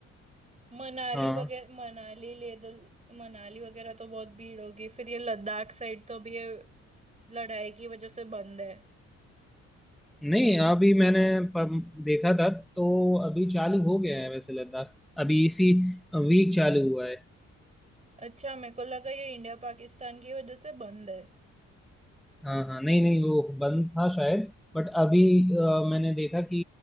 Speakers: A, on the right; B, in the centre.
A: मनाली
B: हाँ
A: वगैरह मनाली ले तो, मनाली वगैरह तो बहुत भीड़ होगी फिर ये लद्दाख साइड तो अभी ये लड़ाई की वजह से बंद है
B: नहीं अभी मैंने प- देखा था तो अभी चालू हो गया है वैसे लद्दाख अभी इसी वीक चालू हुआ है
A: अच्छा मेरे को लगा ये इंडिया पाकिस्तान की वजह से बंद है
B: हाँ हाँ नहीं नहीं वो बंद था शायद बट अभी अ, मैंने देखा कि